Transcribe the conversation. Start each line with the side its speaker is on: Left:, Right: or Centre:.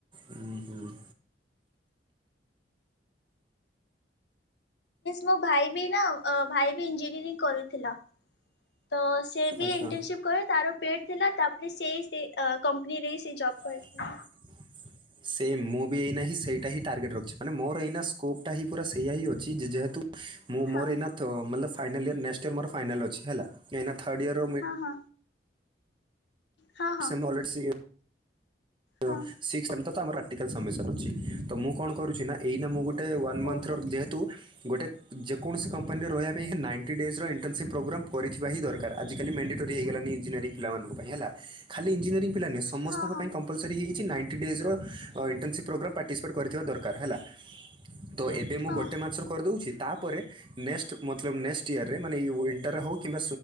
Right: ଉ ହୁଁ।
Left: ମୋ ଭାଇ ବି ନା ଭାଇ ବି ଇଞ୍ଜିନିୟରିଂ କରୁଥିଲା। ତ ସେ ବି
Right: ଆଚ୍ଛା।
Left: ଇଣ୍ଟର୍ନସିପ୍ କରେ ତାର ପେଡ଼୍ ଥିଲା ତାପରେ ସେଇ ସେ କମ୍ପାନୀରେ ସେ ଜବ୍ କରିଥିଲା।
Right: <inaudible> ସେମ ମୁଁ ବି ଏଇନା ହିଁ ସେଟା ହିଁ ଟାର୍ଗେଟ ରଖଛି ମାନେ ମୋର ଏଇ ସ୍କୋପଟାିଁ ପୁର ସେଇଆ ଅଛି ଯେହେତୁ ମୁଁ
Left: ହଁ
Right: ମୋର ଏଇନା ମେ ଫନାଲ ୟର ନେଷ୍ଟ ଇୟର୍ ମୋର ଫାଇଲ ଅଛି। ହେଲା ଏନା ଥର୍ଡ ଇୟର
Left: ହଁ ହଁ। ହଁ
Right: <unintelligible>
Left: ହଁ
Right: <unintelligible> ତ
Left: ହଁ
Right: ଆମର ପ୍ରାକଟିକାଲ ସବ୍ମିସନ ଅଛି। ତ ମୁଁ କଣ କରୁଚି ନା ଏଇ ମୁଁ ଗୋ ଟେ ୱାନ୍ ମନ୍ଥର
Left: ଓହୋ
Right: ଯେହେତୁ ଗୋଟେ ଯେକୌଣସି କମ୍ପାନୀ ରେ ରହିବା ପାଇଁ ହଁ ନାଇଣ୍ଟି ଡେଜ୍ ର ଇଣ୍ର୍ନସିପ ପ୍ରୋଗ୍ରମ୍ କରିଥିବା ହିଁ ଦରକାର। ଆଜି କାଲି ମ୍ୟାଣ୍ଡେଟୋରି ହେଇଗାଲାଣି ଇଞ୍ଜିନିୟରିଂ ପିଲାମାନଙ୍କ ପାଇଁ ହେଲା। ଖଲି ଇଞ୍ଜିନିୟରିଂ ପିଲା ନୁହେଁ ସମସଙ୍କ
Left: ହଁ ହଁ
Right: ପାଇଁ କ ମ୍ପଲସରି ହୋଇଯାଇଛି ନାଇଣ୍ଟି ଡେଜ୍ ର ଅ ଇଣ୍ଟର୍ନସିପ୍ ପ୍ରୋଗ୍ରାମ୍ ପାର୍ଟିସିପେଟ୍ କରିଥିବା ଦରକାର ହେଲା। ତ ଏବେ ମୁଁ
Left: ହଁ
Right: ଗୋଟେ ମାସ ର କରିଦୋଉଛି ତା ପରେ ନେକ୍ସଟ୍ ମତଲବ ନେକ୍ସଟ ଇୟରରେ ମାନେ ଇଉ ୱଣ୍ଟର୍ର ହୋଉ କିମ୍ବା